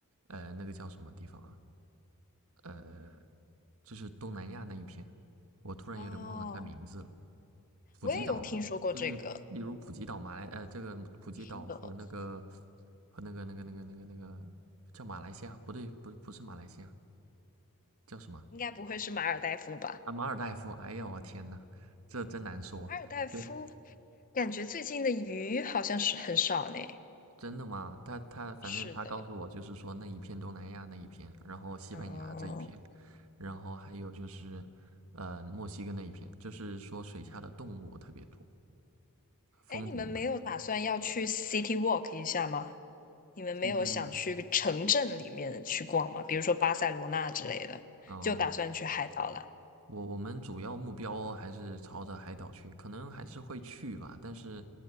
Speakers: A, on the right; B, on the left.
A: 呃，那个叫什么地方啊？呃。就是东南亚那一片，我突然有点忘了它名字了。
B: 哦。
A: 普吉岛啊，
B: 我也有听说过这个，
A: 就是例如普吉岛、马来呃，这个普吉岛和那个
B: 是的，
A: 和那个那个那个那个那个叫马来西亚，不对，不不是马来西亚，叫什么？
B: <laughs> 应该不会是马尔代夫吧？
A: 啊，马尔代夫。哎呀，我天呐，这真难说。
B: 马尔代夫
A: 对，
B: 感觉最近的鱼好像是很少呢。
A: 真的吗？他他反正他告诉我就是说那一片东南亚那一片，
B: 是的，
A: 然后西班牙这一片，
B: 嗯，
A: 然后还有就是呃墨西哥那一片，就是说水下的动物特别多，风景
B: 哎，你们没有打算要去 City Walk 一下吗？你们没有想去城镇里面去逛吗？
A: 最近，
B: 比如说巴塞罗那之类的，
A: 嗯，
B: 就打算去海岛了。
A: 我我们主要目标还是朝着海岛去，可能还是会去吧，但是